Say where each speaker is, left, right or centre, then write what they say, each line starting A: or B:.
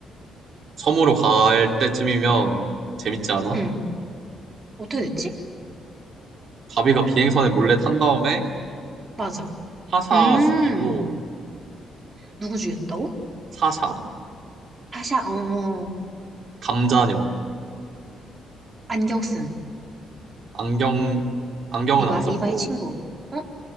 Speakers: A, on the right; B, on the right.
A: 섬으로 갈 때쯤이면 재밌지 않아?
B: 응. 어떻게 됐지?
A: 가비가 비행선에 몰래 탄 다음에
B: 맞아.
A: 타사
B: 음,
A: 죽이고,
B: 누구 죽였다고?
A: 사샤,
B: 하샤 어, 어,
A: 감자녀,
B: 안경 쓴,
A: 안경, 안경은
B: 리바,
A: 안 썼고,
B: 리바의 친구. 어?